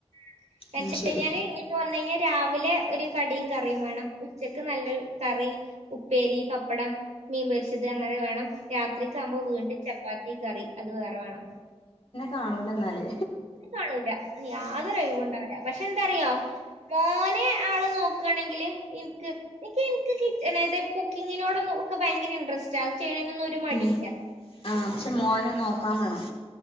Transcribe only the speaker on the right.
<unintelligible>
കഴിഞ്ഞാല് ഇനിയിപ്പോ വന്നു കഴിഞ്ഞാൽ രാവിലെ ഒരു കടിയും കറിയും വേണം ഉച്ചക്ക് നല്ലൊരു കറി ഉപ്പേരി പപ്പടം മീൻ പൊരിച്ചത് അങ്ങനെ വേണം രാത്രിക്കാവുമ്പോ വീണ്ടും ചപ്പാത്തി കറി അത് വേറെ വേണം.
കാണൂല്ല യാതൊരൊഴിവുണ്ടാവൂല പക്ഷെ എന്താറിയോ മോനെ ആള് നോ ക്കാനെങ്കില് ഇൻക് ഇൻക് ഇൻക് കിട്ട് ണേന്റ കുക്കിങ്ങിനോടൊന്നും ഒക്കെ ഭയങ്കര ഇൻട്രസ്റ്റ് റ്റ ച്ചെയ്യണേനൊന്നും ഒരു മടിയില്ല